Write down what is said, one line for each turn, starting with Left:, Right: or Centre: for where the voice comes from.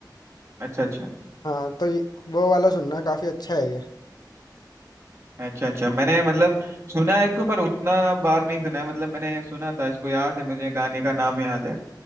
Right: अच्छा अच्छा
Left: हाँ तो ये- वो वाला सुनना काफी अच्छा है ये
Right: अच्छा अच्छा मैंने मतलब सुना है इसको पर उतना बार नहीं सुना है मतलब मैंने सुना था इसको याद है मुझे गाने का नाम याद है